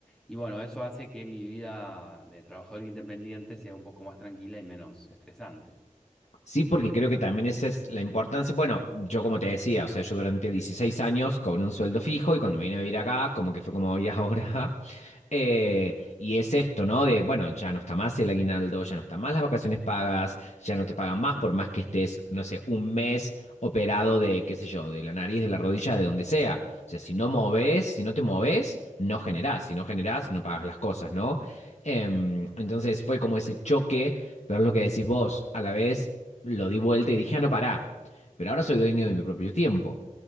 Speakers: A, in the centre; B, on the left (about 60°).
A: y bueno, eso hace que mi vida de trabajador independiente sea un poco más tranquila y menos estresante.
B: Sí, porque creo que también esa es la importancia. Bueno, yo como te decía, o sea, yo durante 16 años cobré un sueldo fijo y cuando me vine a vivir acá, como que fue como hoy ahora. <laughs> Eh, y es esto, ¿no? De, bueno, ya no está más el aguinaldo, ya no están más las vacaciones pagas, ya no te pagan más por más que estés, no sé, un mes operado de, qué sé yo, de la nariz, de la rodilla, de donde sea. O sea, si no moves, si no te moves, no generás. Si no generás, no pagas las cosas, ¿no? Em, entonces fue como ese choque pero es lo que decís vos, a la vez lo di vuelta y dije, ah, no, pará, pero ahora soy dueño de mi propio tiempo.